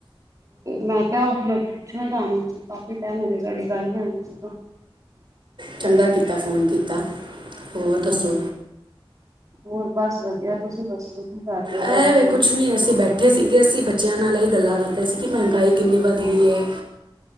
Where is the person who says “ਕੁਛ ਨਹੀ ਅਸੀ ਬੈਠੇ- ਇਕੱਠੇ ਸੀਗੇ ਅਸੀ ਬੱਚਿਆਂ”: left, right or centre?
Right